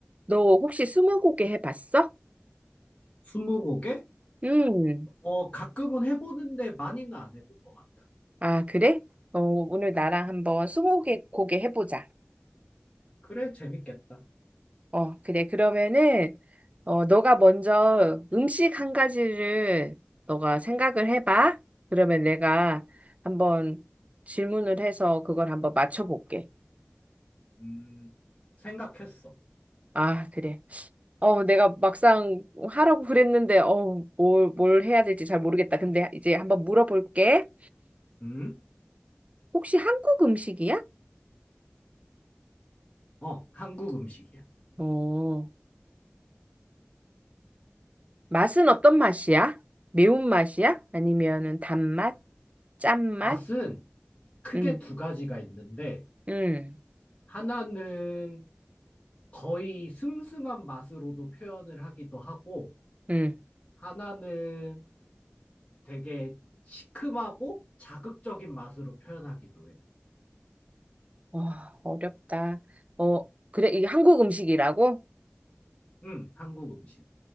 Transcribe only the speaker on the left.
스무고개?
어, 가끔은 해보는데 많이는 안 해본 것 같다.
그래, 재밌겠다.
음, 생각했어.
음?
어, 한국 음식이야.
맛은 크게
두 가지가 있는데,
하나는 거의 슴슴한 맛으로도 표현을 하기도 하고,
하나는 되게 시큼하고 자극적인 맛으로 표현하기도 해.
응, 한국 음식.